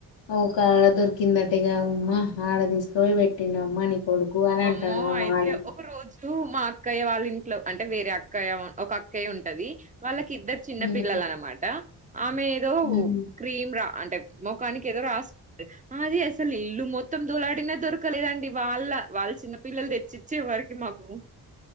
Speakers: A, on the left (about 75°); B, on the right (about 15°).
A: ఓ క ఆడ దొరికిందట్టేగా అమ్మా ఆడ తీసుకోయి పెట్టిండ అమ్మా నీ కొడుకు అని అంటాండు
B: అమ్మో
A: మా
B: అయితే
A: మావయ్య
B: ఒక రోజు మా అక్కయ్య వాళ్ళ ఇంట్లో అంటే వేరే అక్కయ్య ఒక అక్కయ్య ఉంటది వాళ్ళ కి ఇద్దరు చిన్న
A: ఉమ్
B: పిల్లలు అనమాట ఆమె ఏదో
A: ఉమ్
B: క్రీమ్ రా అంటే ముఖానికి ఏదో రాస్తుంది అది అసలు ఇల్లు మొత్తం దూలాడినా దొరకలేదండి వాళ్ళ వాళ్ళ చిన్న పిల్లలు తెచ్చిచ్చే వరికి మాకు